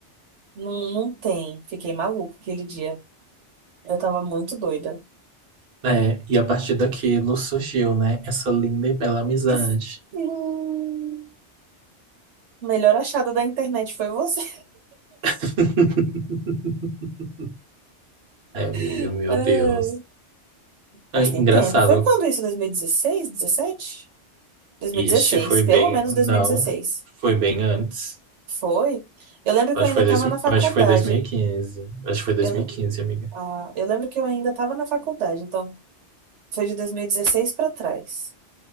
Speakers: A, on the right; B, on the right.
A: não, não tem. Fiquei maluca aquele dia. Eu tava muito doida.
B: É, e a partir daquilo surgiu, né, essa linda e bela amizade.
A: Isso- Hum, Melhor achada da internet foi você.
B: <laughs> Ai, amiga,
A: <laughs>
B: meu
A: Ai,
B: Deus. Ai,
A: Mas tem
B: engraçado.
A: tempo. Foi quando isso? 2016? 17? 2016,
B: Este foi
A: pelo
B: bem.
A: menos 2016.
B: Não, foi bem antes.
A: Foi? Eu lembro
B: Acho
A: que eu ainda
B: que foi,
A: estava
B: dois,
A: na faculdade.
B: acho que foi dois mil e quinze Acho que foi dois
A: Eu,
B: mil e quinze amiga.
A: ah, eu lembro que eu ainda estava na faculdade, então foi de 2016 para trás.